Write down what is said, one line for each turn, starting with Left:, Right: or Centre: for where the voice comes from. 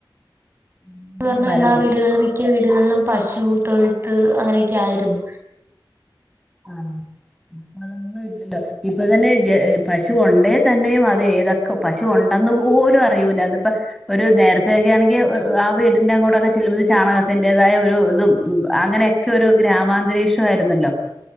Centre: എല്ലാം
Right: പറഞ്ഞ
Centre: വരവും
Right: എല്ലാ വീടുകളിലും മിക്ക വീടുകളിലും പശു തൊഴുത്ത് അങ്ങനെയൊക്കെ ആയിരുന്നു <inaudible>
Centre: ആഹ് അതൊന്നും ഇല്ലല്ലോ ഇപ്പം തന്നെ പശു ഒണ്ടേ തന്നെയും അത് ഏതൊക്കെ പശുണ്ട് ഉണ്ടന്ന് പോലും അറിയൂല അതിപ്പോ ഒരു നേരത്തൊക്കെ ആണെങ്കിൽ ആ വീടിന്റെ അങ്ങോട്ടൊക്കെ ചെല്ലുമ്പോൾ ചാണകത്തിന്റേതായ ഒരു ഇതും ഉം അങ്ങനെ ഒക്കെ ഒരു ഗ്രാമാന്തരീക്ഷം ആയിരുന്നല്ലോ